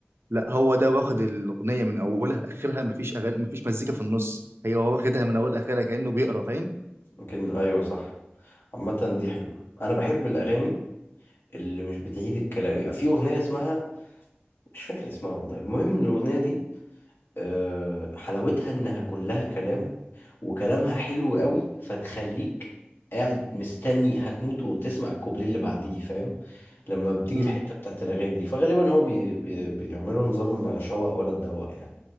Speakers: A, on the right (about 75°); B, on the left (about 70°).
A: لا هو ده واخد الاغنيه من اولها لاخرها مفيش اغاني مفيش مزيكا في النص هي هو واخدها من اول لاخرها كانه بيقرا فاهم
B: يمكن ايوه صح عامه دي حلوه انا بحب الاغاني اللي مش بتعيد الكلام في اغنيه اسمها مش فاكر اسمها والله المهم ان الاغنيه دي آه، حلاوتها انها كلها كلام وكلامها حلو قوي فتخليك قاعد مستني هتموت وتسمع الكوبليه اللي بعديه فاهم لما بتيجي
A: امم
B: الحته بتاعت الاغاني دي فغالبا هو بي بي بيعملوا نظام شوق ولا تدوق يعني